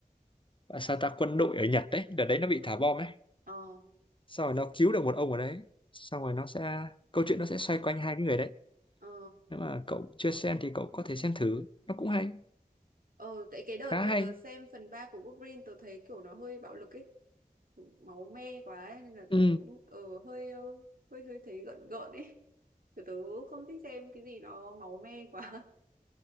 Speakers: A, on the left; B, on the right.
A: à, sao ta quân đội ở Nhật đấy đợt đấy nó bị thả bom ấy
B: Ờ,
A: sau rồi nó cứu được một ông ở đấy xong rồi nó sẽ câu chuyện nó sẽ xoay quanh hai cái người đấy
B: ờ,
A: nếu mà cậu chưa xem thì cậu có thể xem thử nó cũng hay
B: ờ, tại cái đợt
A: khá
B: mà
A: hay
B: tớ xem phần 3 của Wolverine tớ thấy kiểu nó hơi bạo lực ấy. Máu me quá ấy, nên là
A: ừ
B: tớ cũng ờ, hơi, ờ, hơi hơi thấy gợn gợn ấy. Kiểu tớ không thích xem cái gì nó máu me quá. <laughs>